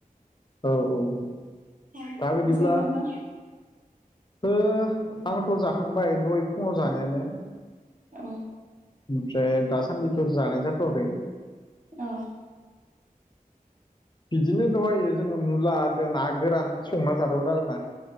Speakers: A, on the left; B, on the right.
A: औ औ
B: अ
A: दा बिदिब्ला
B: <unintelligible> नोंथां
A: ओ आंथ' जाखांबाय दहाय फुङाव जानायानो।
B: औ
A: ओमफ्राय दासान्दिथ' जानाय जाथ'वाखै
B: औ
A: बिदिनो दहायो जोङो मुला द ना गोरान संना जादोंमोन आरोना